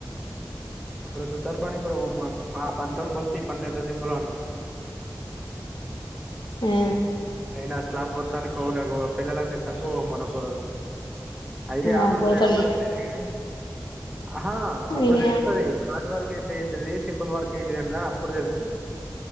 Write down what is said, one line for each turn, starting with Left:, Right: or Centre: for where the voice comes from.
Centre: ఒక సుతారు పనికి కూడా పొమ్మను బాపు. పథం బోల్ తి పనులు ఎంత తిప్పలో అనిపింతది
Left: ఆ
Centre: ఇన స్లాబ్ బోతనాన్ని తనకో పెళ్లలు ని తనకు మనకరు అయ్యో ఆరు
Left: ఆ
Centre: వందలు
Left: పోతాడు
Centre: ఏడు వందలు
Left: తి
Centre: వత్తాయి లే గాని అహా అప్పుడు
Left: ఇగ
Centre: తెలుతది హార్డ్ వర్క్ క్ ఏంటింటిది సింపుల్ వర్క్ ఏంటి ఏంటది అని అప్పుడు తెలుస్తుంది